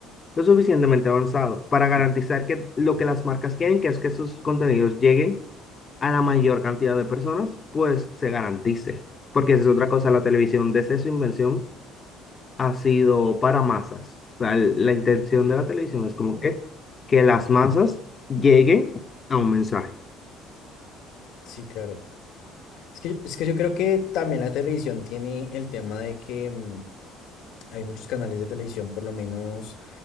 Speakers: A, on the left; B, on the left.
A: lo suficientemente avanzado para garantizar que lo que las marcas quieren, que es que sus contenidos lleguen a la mayor cantidad de personas, pues se garantice. Porque esa es otra cosa, la televisión desde su invención ha sido para masas. O sea, el- la intención de la televisión es
B: Ujú.
A: como que, que las masas lleguen a un mensaje.
B: Sí, claro. Es que, es que yo creo que también la televisión tiene el tema de que mm, hay muchos canales de televisión, por lo menos